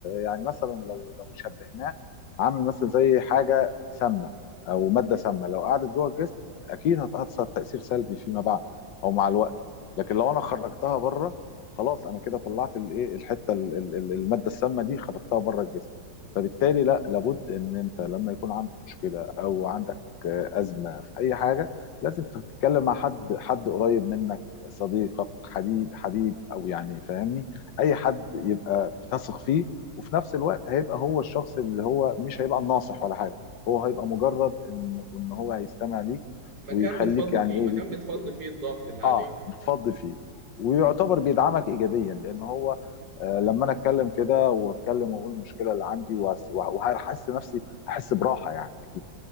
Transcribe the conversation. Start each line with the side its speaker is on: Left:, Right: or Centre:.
Left: يعني مثلا لو لو شبهناه عامل مثلا زي حاجه سامه او ماده سامه لو قعدت جوه الجسم اكيد هتاثر تاثير سلبي فيما بعد او مع الوقت لكن لو انا خرجتها بره خلاص انا كده طلعت الايه الحته ال- ال- ال- الماده السامه دي خرجتها بره الجسم فبالتالي لا لابد ان انت لما يكون عندك مشكله او عندك آه، ازمه في اي حاجه لازم تتكلم مع حد حد قريب منك صديقك حبيب حبيب او يعني فاهمني اي حد يبقى بتثق فيه وفي نفس الوقت هيبقى هو الشخص اللي هو مش هيبقى الناصح ولا حاجه هو هيبقى مجرد ان ان هو هيستمع ليك
Right: مكان
Left: ويخليك
Right: بتفضي
Left: يعني
Right: فيه مكان
Left: ايه بيديك
Right: بتفضي فيه الضغط اللي عليه
Left: اه بتفضي فيه ويعتبر بيدعمك ايجابيا لان هو آه لما انا اتكلم كده واتكلم واقول المشكله اللي عندي وهس- وه- وهحس نفسي هحس براحه يعني اكيد